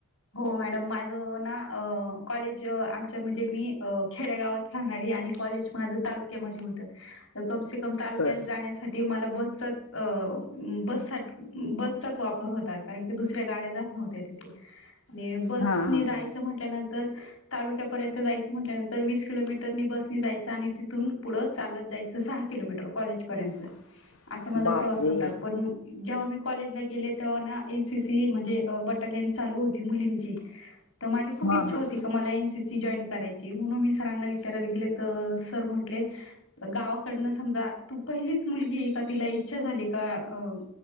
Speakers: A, on the left; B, on the left.
A: हो मॅडम माझं ना कॉलेज आमच्या म्हणजे मी खेडेगावात राहणारी आणि कॉलेज... माझं तालुक्यामध्ये होत. कमसे कम तालुक्यात
B: बर.
A: जाण्यास..... साठी मला बसचाच बस बसचाच वापर होत... कारण की दुसऱ्या गाड्या जात नव्हत्या तिथे आणि बसनी
B: हा हा
A: जायचं म्हटल्यानंतर... तालुक्यापर्यंत जायचं म्हटल्यानंतर वीस किलोमीटरनी बसनी जायचं आणि तिथून पुढं... चालत जायचं सहा किलोमीटर कॉलेजपर्यंत...
B: <unintelligible>
A: असा माझा
B: बापरे
A: प्रवास होता. पण... जेव्हा मी कॉलेजला गेले तेव्हा ना एन सी सी म्हणजे बटालियन चालू होत.... मुलींची माझ खूप
B: हा
A: इच्छा
B: हा.
A: होती... ज कराय म्हणून मी सरांना विचारायला गे तर सर म्हटले... गावाकडनं समजा तू... पहिलीच मुलगी ए का तिला इच्छा झाली. का